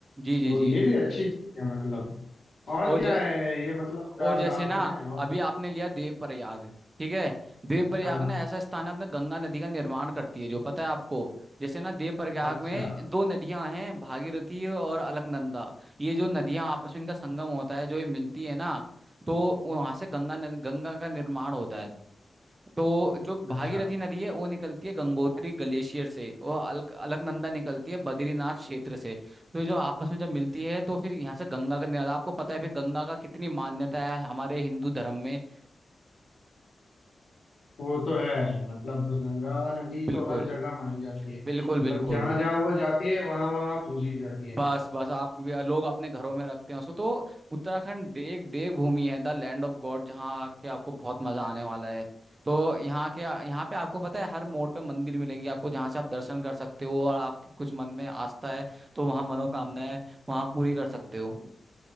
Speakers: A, on the right (about 30°); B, on the left (about 55°).
A: जी जी
B: तो
A: जी
B: ये भी अच्छी चीज है मतलब और
A: और
B: क्या
A: जै,
B: है ये
A: और
B: मतलब चार
A: जैसे
B: धाम
A: ना
B: है और
A: अभी आपने लिया देव प्रयाग ठीक है देव प्रयाग
B: हाँ
A: ना ऐसा स्थान है अपना गंगा नदी का निर्माण करती है जो पता है आपको जैसे ना देव प्रयाग
B: अच्छा
A: में दो नदियां हैं भागीरथी और अलकनंदा ये जो नदियां आपस में इनका संगम होता है जो ये मिलती है ना तो वहां से गंगा नद- गंगा का निर्माण होता है तो जो भागीरथी
B: अच्छा
A: नदी है वो निकलती है गंगोत्री ग्लेशियर से और अलक, अलकनंदा निकलती है बद्रीनाथ क्षेत्र से तो ये जो आपस में जब मिलती है तो फिर यहाँ से गंगा का निकल आपको पता है फिर गंगा का कितनी मान्यता है हमारे हिंदू धर्म में
B: वो तो है मतलब गंगा नदी
A: बिल्कुल
B: तो हर जगह मानी जाती है
A: बिल्कुल
B: मतलब
A: बिल्कुल
B: जहां जहां वो जाती है वहां वहां पूजी जाती है
A: बस बस आप भी लोग अपने घरों में रखते हैं उसको तो उत्तराखंड दे, एक देवभूमि है द लैंड ऑफ गॉड जहाँ के आपको बहुत मजा आने वाला है तो यहाँ के यहाँ पे आपको पता है हर मोड़ पे मंदिर मिलेंगे आपको जहाँ से आप दर्शन कर सकते हो और आपके कुछ मन में आस्था है तो वहाँ मनोकामनाएं वहाँ पूरी कर सकते हो